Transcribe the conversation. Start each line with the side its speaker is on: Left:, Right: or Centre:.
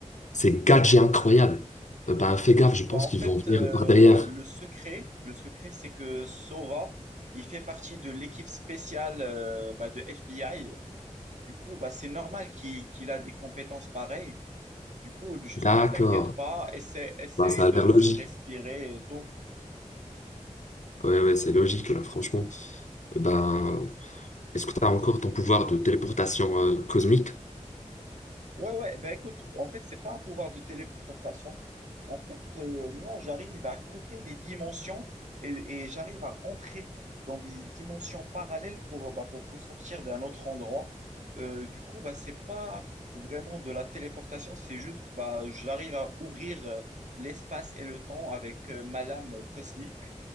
Left: ces gadgets incroyables. Euh, ben, fais gaffe, je pense
Right: Bah en
Left: qu'ils
Right: fait,
Left: vont venir
Right: euh,
Left: par derrière.
Right: le secret, le secret, c'est que Sova, il fait partie de l'équipe spéciale euh, bah, de FBI. Du coup, bah, c'est normal qu'il qu'il a des compétences pareilles. Du coup, juste
Left: D'accord.
Right: ne t'inquiète pas, essaie, essaie
Left: Ben, ça
Right: de,
Left: a l'air logique.
Right: de respirer et tout.
Left: Ouais, ouais, c'est logique, là, franchement. Ben, est-ce que tu as encore ton pouvoir de téléportation euh, cosmique?
Right: Ouais, ouais, ben écoute, en fait, c'est pas un pouvoir de téléportation. En fait, euh, moi, j'arrive à couper les dimensions et, et j'arrive à rentrer dans des dimensions parallèles pour, bah, pour ressortir d'un autre endroit. Euh, du coup, bah, c'est pas vraiment de la téléportation, c'est juste, bah, j'arrive à ouvrir euh, l'espace et le temps avec euh, ma lame cosmique.